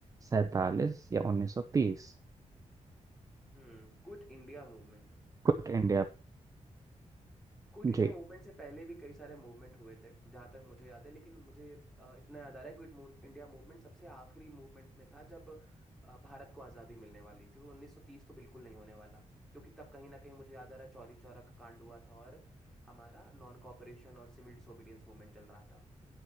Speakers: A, on the right (about 25°); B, in the centre.
A: 47 या 1930
B: हम्म Quit India movement
A: Quit India
B: Quit India
A: जी
B: movement से पहले भी कई सारे मूवमेंट हुए थे जहां तक मुझे याद है लेकिन मुझे ये, अ, इतना याद आ रहा है क्विट इंडिया मूवमेंट सबसे आखिरी मूवमेंट्स में था जब अ, भारत को आज़ादी मिलने वाली थी तो 1930 तो बिल्कुल नहीं होने वाला क्योंकि तब कहीं ना कहीं मुझे याद आ रहा है चौरी चौरा का कांड हुआ था और हमारा नॉन कॉपरेशन और सिविल डिसोबीडियंस मूवमेंट चल रहा था